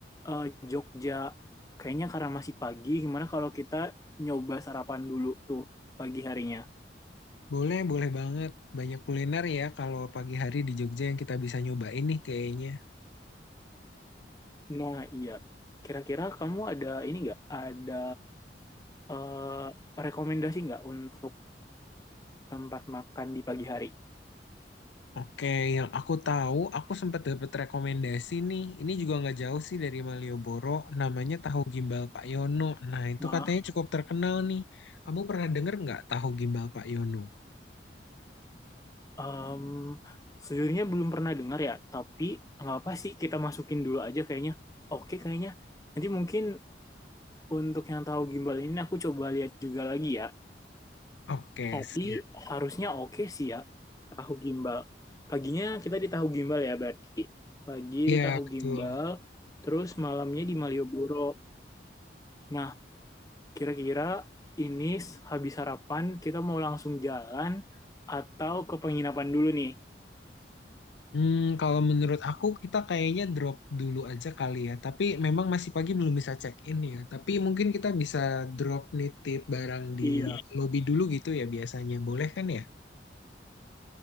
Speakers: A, on the left; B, on the left.
A: eh, Jogja. Kayaknya karena masih pagi, gimana kalau kita nyoba sarapan dulu tuh pagi harinya.
B: Boleh, boleh banget. Banyak kuliner ya kalau pagi hari di Jogja yang kita bisa nyobain nih kayaknya.
A: Nah, iya. Kira-kira kamu ada ini nggak? Ada eh, rekomendasi nggak untuk tempat makan di pagi hari?
B: Oke, yang aku tahu, aku sempat dapat rekomendasi nih. Ini juga nggak jauh sih dari Malioboro, namanya Tahu Gimbal Pak Yono. Nah, itu
A: Hmm.
B: katanya cukup terkenal nih. Kamu pernah denger nggak Tahu Gimbal Pak Yono?
A: Em, sejujurnya belum pernah dengar ya, tapi nggak apa sih kita masukin dulu aja kayaknya. Oke kayaknya. Nanti mungkin untuk yang tahu gimbal ini aku coba lihat juga lagi ya.
B: Oke,
A: Tapi
B: siap.
A: harusnya oke sih ya tahu gimbal. Paginya kita di tahu gimbal ya berarti. Pagi
B: Iya,
A: di tahu
B: betul.
A: gimbal, terus malamnya di Malioboro. Nah, kira-kira ini habis sarapan kita mau langsung jalan atau ke penginapan dulu nih?
B: Hmm, kalau menurut aku kita kayaknya drop dulu aja kali ya. Tapi memang masih pagi belum bisa check in ya. Tapi mungkin kita bisa drop nitip barang di
A: Iya.
B: lobby dulu gitu ya biasanya. Boleh kan ya?